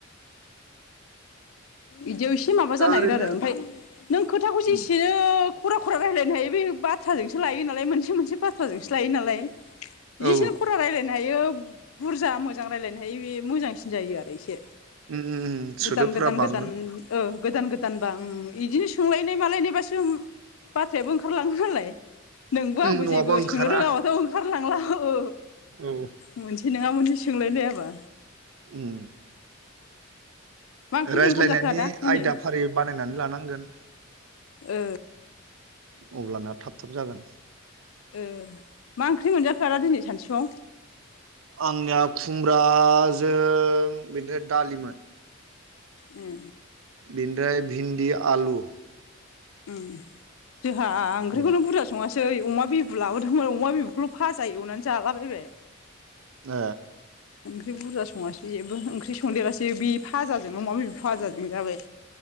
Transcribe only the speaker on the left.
इदियाव एसे माबा
जानो नागिरो
आरो ओमफ्राय नों खोथाखौ
जेसेनो खरा खरा रायज्लायनो हायो बे बाथ्राजोंसो लायो नालाय मोनसे मोनसे बाथ्राजोंसो लायो नालाय बिसिनो
खरा रायज्लायनो हायो बुरजा मोजां रायजलायनो हायो बे मोजांसिन जायो आरो इसे
गोदान गोदान
गोदान ओ गोदान गोदान बा ओं बिदिनो सोंलायनाय मालायनायबासो बाथ्रायाबो ओंखारलाङो नालाय नोंबो आंबो
जेबो
सोंनो रोङाबाथ' ओंखारलांला औ
मोनसे नङा मोनसे सोंलायलायाबा
मा ओंख्रिजों
ओंखाम जाखो आदा दिनै
ओ
ओ मा ओंख्रि मोनजाखो आदा दिनै सानसुआव
उम
उम जोंहा ओंख्रिखौनो
बुरजा सङासै दैै अमा बिबु लाबोदोंमोन अमा बिबुखौल' फाजा एवनानै जालाबायबाय
ओंख्रि बुरजा सङासै जेबो ओंख्रि संदेरासै बे फाजों अमा बेदर फाजों जाबाय